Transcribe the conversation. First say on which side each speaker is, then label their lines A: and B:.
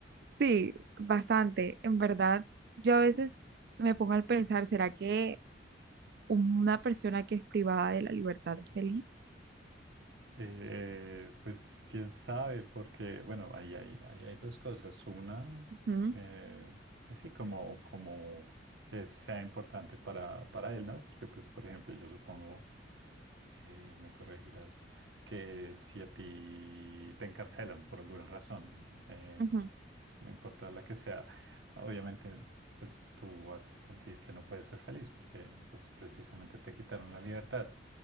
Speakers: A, on the right; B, on the right.
A: Sí, bastante. En verdad, yo a veces me pongo al pensar, ¿será que una persona que es privada de la libertad es feliz?
B: Eh, pues quién sabe, porque bueno, ahí hay, ahí hay dos cosas. Una,
A: Ujú,
B: eh, pues sí, como, como que sea importante para, para él, ¿no? Porque pues, por ejemplo, yo supongo, eh, me corregirás, que si a ti te encarcelan por alguna razón, eh,
A: ujú.
B: no importa la que sea, obviamente pues tú vas a sentir que no puedes ser feliz porque pues precisamente te quitaron la libertad.